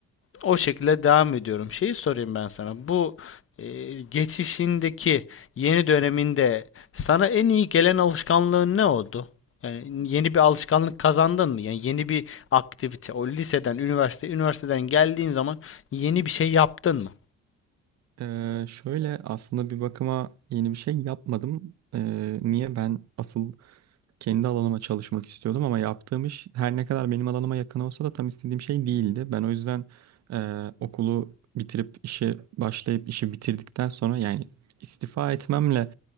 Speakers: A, on the left; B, on the right.
A: O şekilde devam ediyorum. Şeyi sorayım ben sana. Bu e, geçişindeki yeni döneminde sana en iyi gelen alışkanlığın ne oldu? Yani yeni bir alışkanlık kazandın mı? Yani yeni bir aktivite. O liseden, üniversite, üniversiteden geldiğin zaman yeni bir şey yaptın mı?
B: Ee, şöyle aslında bir bakıma yeni bir şey yapmadım. Ee, niye ben asıl kendi alanıma çalışmak istiyordum ama yaptığım iş her ne kadar benim alanıma yakın olsa da tam istediğim şey değildi. Ben o yüzden e, okulu bitirip işe başlayıp işi bitirdikten sonra yani istifa etmemle